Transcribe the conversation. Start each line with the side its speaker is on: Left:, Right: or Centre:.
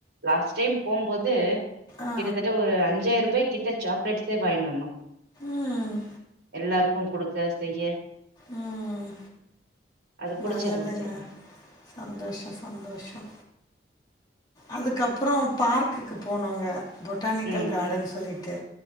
Right: லாஸ்ட் டைம் போம்போது
Left: ஆ.
Right: கிட்டதட்ட ஒரு அஞ்சாயிரபாய் கிட் ட சாக்லேட்ஸே வங்கின்னு வந்தோ
Left: ம்.
Right: எல்லாருக்கு குடுக்க செய்ய
Left: ம்
Right: அது புடிச்சிருந்தது
Left: நல்லதுங்க சந்தோஷோ சந்தோஷோ அதுக்கப்பறோ பார்க்குக்கு போனோங்க பொட்டானிக்கல்
Right: ம்
Left: கார்டன் சொல்லிட்டு